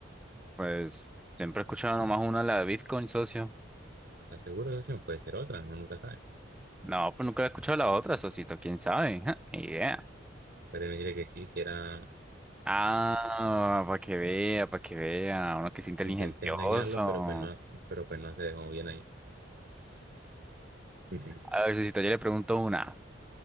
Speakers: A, in the centre; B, on the right (about 55°).
A: pues, siempre he escuchado nomás una, la de Bitcoin, socio.
B: ¿Estás seguro, socio? Puede ser otra, uno nunca sabe.
A: No, pues nunca he escuchado la otra, socito, quién sabe. Ja, ni idea.
B: Puede decirle que sí, si era...
A: Ah, para que vea, para que vea. Uno
B: <laughs>
A: que es inteligentioso.
B: Intenté engañarlo, pero pues no,
A: <laughs>
B: pero pues no se dejó bien ahí. <laughs>
A: A ver, socito, yo le pregunto una.